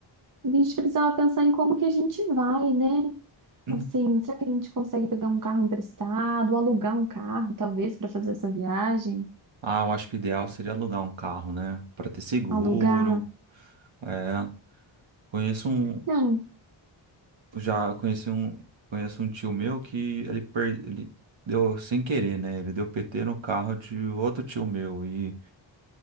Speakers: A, on the right; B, on the right.
A: A gente precisava pensar em como que a gente vai, né?
B: hum.
A: Assim, será que a gente consegue pegar um carro emprestado, alugar um carro, talvez, para fazer essa viagem?
B: Ah, eu acho que o ideal seria alugar um carro, né? Para ter seguro.
A: Alugar?
B: É, conheço um,
A: Não.
B: já conheci um, conheço um tio meu que ele, per- ele deu sem querer, né? Ele deu PT no carro de outro tio meu e